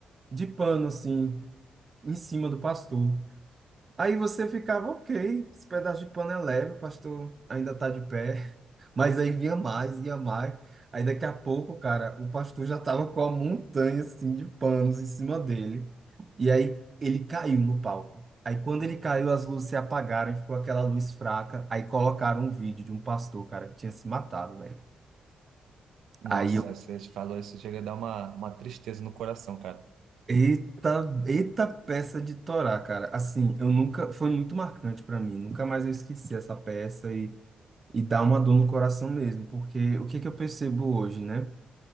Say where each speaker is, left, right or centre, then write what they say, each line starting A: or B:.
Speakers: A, on the right; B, on the right.
A: de pano, assim, em cima do pastor. Aí você ficava, ok, esse pedaço de pano é leve, o pastor ainda está de pé. Mas aí ia mais, ia mais. Aí daqui a pouco, cara, o pastor já tava com a montanha assim de panos em cima dele. E aí ele caiu no palco. Aí quando ele caiu, as luzes se apagaram e ficou aquela luz fraca. Aí colocaram um vídeo de um pastor, cara, que tinha se matado, velho.
B: Nossa,
A: Aí eu,
B: você falou isso, chega a dar uma, uma tristeza no coração, cara.
A: eita, eita peça de Torá, cara. Assim, eu nunca, foi muito marcante pra mim. Nunca mais eu esqueci essa peça e, e dá uma dor no coração mesmo, porque o que que eu percebo hoje, né?